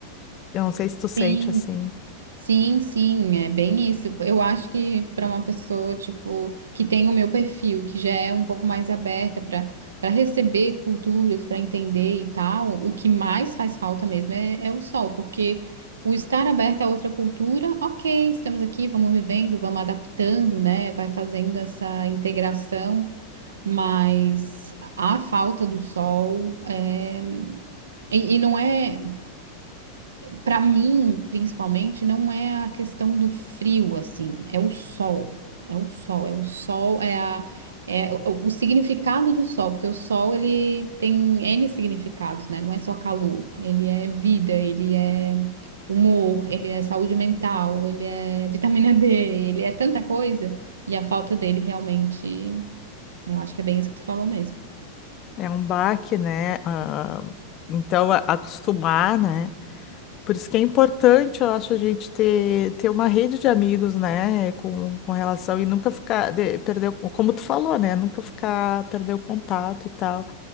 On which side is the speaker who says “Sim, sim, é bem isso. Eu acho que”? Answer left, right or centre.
Right